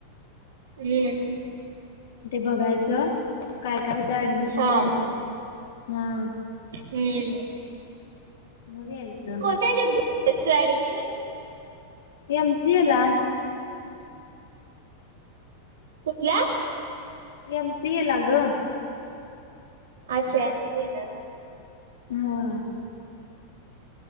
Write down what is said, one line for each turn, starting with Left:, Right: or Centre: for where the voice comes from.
Right: हम्.
Left: ते बघायचं काय काय होत् ते एडमिशन
Right: हा
Left: तेन हां
Right: हम्म
Left: मग यायचं.
Right: त्याच्यात घेतलंस तू ऍडमिशन.
Left: एम. सि. ए. ला
Right: कुठल्या?
Left: एम. सी. ए. ला गं.
Right: अच्छा एम. सी. ए. ला ना.
Left: हा.